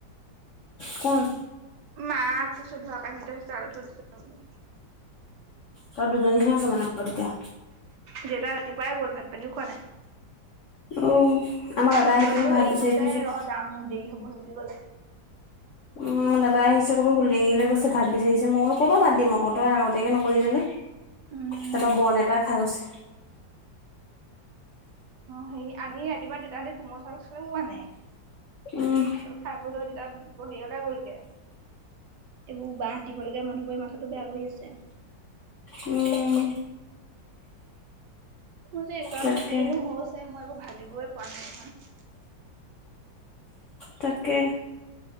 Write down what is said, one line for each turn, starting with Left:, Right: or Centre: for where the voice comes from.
Left: ক'ত?
Right: মাক কৈছোঁ ধোৱা কাঁহীতো তাতে থৈ দিছোঁ বুলি।
Left: তহত দুজনী হে আছ মানে ঘৰত এতিয়া।
Right: দেউটাই ৰাতিপুৱাই গ'ল ভাত পানীও খোৱা নাই।
Left: উ আমাৰ দাদা
Right: ফোন
Left: আহি
Right: কৰিলো
Left: পিনে ভাত
Right: হেৰি
Left: বিচাৰি
Right: কৈছে
Left: ফুৰিছে।
Right: ৰ যাম মোৰ দেৰি হব সেই বুলি ক'লে।
Left: আমাৰ দাদা আহিছে ক'ব লেঙেৰিলে গৈছে ভাত বিচাৰিছে মই কলো ক'পা ভাত দিম আকৌ তই আগতীয়াকে নকলি কেলে।
Right: উম
Left: তাৰপা বন এটা খাই গৈছে।
Right: সেই আমি ৰাতিপুৱা তিতাতে কোমল চাউল খালো মানে,
Left: উম
Right: খাবলো তেতিয়া বহি অলে <unintelligible> গলগে এইবোৰ বাঁহ দিব লগীয়া মানুহবোৰে মাথাতো বেয়া কৰি আছে
Left: উম
Right: মোৰযে একাউণ্টটো
Left: তাকে
Right: কিনো হৈছে মই একো ভাবিবই পোৱা নাই নহয়।
Left: তাকে।